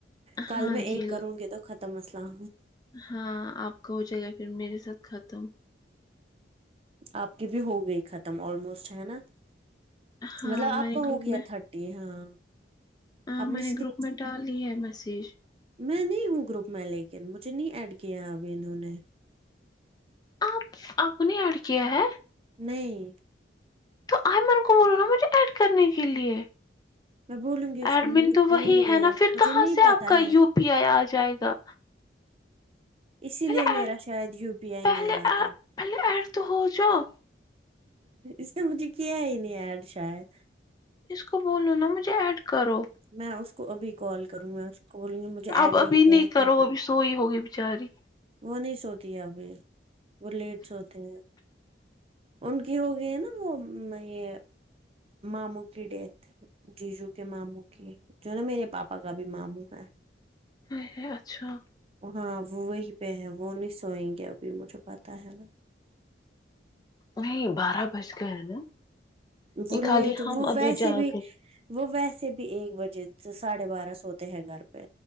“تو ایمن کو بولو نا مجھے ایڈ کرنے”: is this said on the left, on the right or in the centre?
Left